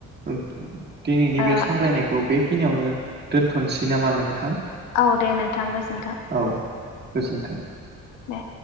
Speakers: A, on the right (about 35°); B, on the left (about 85°).
A: ओग दिनैनि
B: ओ
A: बे सावरायनायखौ बेखिनियावनो दोनथ'नोसै नामा नोंथां।
B: औ दे नोंथां गोजोनथों।
A: औ गोजोन्थों।
B: दा।